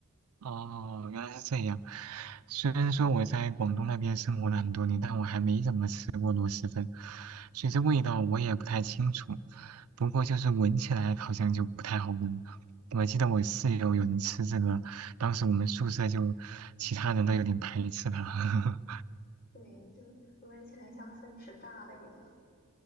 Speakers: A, on the right (about 85°); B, on the left (about 45°).
A: 哦，原来是这样。虽然说我在广东那边生活了很多年，但我还没怎么吃过螺蛳粉，所以这味道我也不太清楚。不过就是闻起来好像就不太好闻。我记得我室友有人吃这个，当时我们宿舍就其他人都有点排斥它。
B: 对，就闻起来像粪池炸了一样